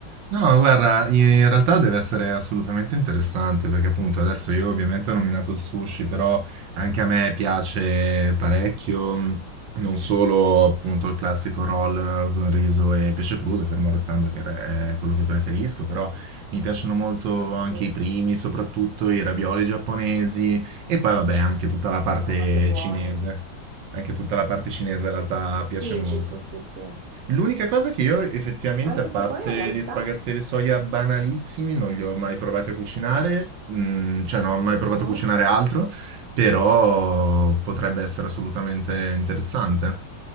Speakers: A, on the right; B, on the right.
A: No, guarda, in realtà deve essere assolutamente interessante perché appunto adesso io ovviamente ho nominato il sushi, però anche a me piace parecchio, mh, non solo appunto il classico roll con riso e pesce crudo, fermo restando che re- è quello che preferisco, però mi piacciono molto anche
B: Sì,
A: i primi, soprattutto i ravioli giapponesi e poi vabbè anche tutta la parte
B: mamma che buone.
A: cinese. Anche tutta la parte cinese in realtà piace
B: Sì,
A: molto.
B: sì, sì, sì, sì.
A: L'unica cosa che io effettivamente,
B: Anche
A: a parte
B: se poi in realtà...
A: gli spaghetti alle soia banalissimi, non li ho mai provati a cucinare, mm, cioè non ho mai provato
B: Mhm.
A: a cucinare altro, però potrebbe essere assolutamente interessante.